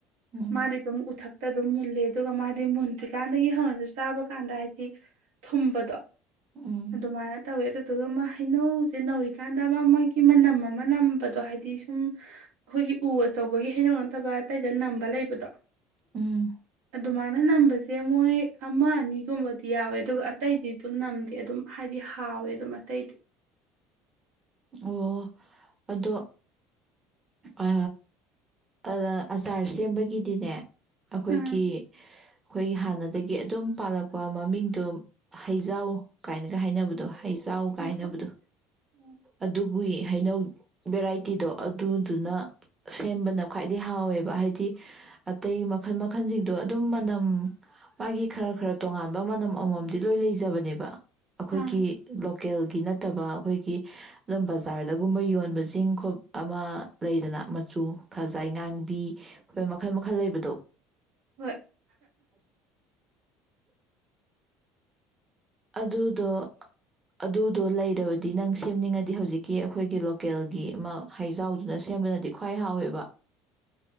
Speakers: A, on the right; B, on the right.
A: ꯎꯝ
B: ꯃꯥꯗꯤꯒꯝ ꯎꯊꯛꯛꯇ ꯑꯗꯨꯝ ꯃꯨꯜꯂꯦ ꯑꯗꯨꯒ ꯃꯥꯗꯤ ꯃꯨꯟꯗ꯭ꯔꯤꯀꯥꯟꯗꯒꯤ ꯍꯧꯪꯉꯁꯨ ꯆꯥꯕ ꯀꯥꯟꯗ ꯍꯥꯏꯗꯤ ꯊꯨꯝꯕꯗꯣ
A: ꯎꯝ
B: ꯑꯗꯨꯃꯅ ꯇꯧꯋꯦ ꯑꯗꯨꯗꯨꯒ ꯃꯥ ꯍꯩꯅꯧ ꯁꯦ ꯅꯧꯔꯤꯀꯥꯟꯗ ꯑꯃ ꯃꯣꯏꯒꯤ ꯃꯅꯝ ꯑꯃ ꯅꯝꯕꯗꯣ ꯍꯥꯏꯗꯤ ꯁꯨꯝ ꯑꯩꯈꯣꯏꯒꯤ ꯎ ꯑꯆꯧꯕꯒꯤ ꯍꯩꯅꯧ ꯅꯠꯇꯕ ꯍꯥꯏꯔꯗꯤ ꯁꯤꯗ ꯅꯝꯕ ꯂꯩꯕꯗꯣ
A: ꯎꯝ
B: ꯑꯗꯨ ꯃꯥꯅ ꯅꯝꯕ ꯁꯦ ꯃꯣꯏ ꯑꯃ ꯑꯅꯤꯒꯨꯝꯕꯗꯤ ꯌꯥꯎꯋꯦ ꯑꯗꯨꯒ ꯑꯇꯩꯗꯤ ꯑꯗꯨꯝ ꯅꯝꯗꯦ ꯑꯗꯨꯝ ꯍꯥꯏꯗꯤ ꯍꯥꯎꯋꯦ ꯑꯗꯨꯝ ꯑꯇꯩꯗꯤ
A: ꯑꯣ ꯑꯗꯣ ꯑ ꯑ ꯑꯆꯥꯔꯁ ꯁꯦꯝꯕꯒꯤꯗꯤꯅꯦ ꯑꯩꯈꯣꯏꯒꯤ
B: ꯎꯝ
A: ꯑꯩꯈꯣꯏ ꯍꯥꯟꯅꯗꯒꯤ ꯑꯗꯨꯝ ꯄꯥꯜꯂꯛꯄ ꯃꯃꯤꯡꯗꯣ ꯍꯩꯖꯥꯎ ꯀꯥꯏꯅꯒ ꯍꯥꯏꯅꯕꯗꯣ ꯍꯖ ꯆꯥꯎ ꯀꯥꯏꯅꯕꯗꯣ
B: ꯍꯣꯏ ꯍꯣꯏ
A: ꯑꯗꯨ ꯕꯨꯏ ꯍꯩꯅꯧ ꯚꯦꯔꯥꯏꯇꯤꯗꯣ ꯑꯗꯨꯗꯨꯅ ꯁꯦꯝꯕꯅ ꯈ꯭ꯋꯥꯏꯗꯩ ꯍꯥꯎꯋꯦꯕ ꯍꯥꯏꯗꯤ ꯑꯇꯩ ꯃꯈꯜ ꯃꯈꯜꯁꯤꯡꯗꯣ ꯑꯗꯨꯝ ꯃꯅꯝ ꯃꯥꯒꯤ ꯈꯔ ꯈꯔ ꯇꯣꯉꯥꯟꯕ ꯃꯅꯝ ꯑꯃꯃꯝꯗꯤ ꯂꯣꯏ ꯂꯩꯖꯕꯅꯦꯕ ꯑꯩꯈꯣꯏꯒꯤ
B: ꯑꯥ
A: ꯂꯣꯀꯦꯜꯒꯤ ꯅꯠꯇꯕ ꯑꯩꯈꯣꯏꯒꯤ ꯑꯗꯨꯝ ꯕꯖꯥꯔꯗꯒꯨꯝꯕ ꯌꯣꯟꯕꯁꯤꯡ ꯈꯣ ꯑꯃ ꯂꯩꯗꯅ ꯃꯆꯨ ꯈꯖꯥꯏ ꯉꯥꯡꯕꯤ ꯑꯩꯣꯏ ꯃꯈꯜ ꯃꯈꯜ ꯂꯩꯕꯗꯣ
B: ꯍꯣꯏ
A: <unintelligible> ꯑꯗꯨꯗꯣ ꯑꯗꯨꯗꯣ ꯂꯩꯔꯕꯗꯤ ꯅꯪ ꯁꯦꯝꯅꯤꯡꯉꯗꯤ ꯍꯧꯖꯤꯛꯀꯤ ꯑꯩꯈꯣꯏꯒꯤ ꯂꯣꯀꯦꯜꯒꯤ ꯑꯃ ꯍꯩꯖꯥꯎꯗꯨꯅ ꯁꯦꯝꯕꯅꯗꯤ ꯈ꯭ꯋꯥꯏ ꯍꯥꯎꯋꯦꯕ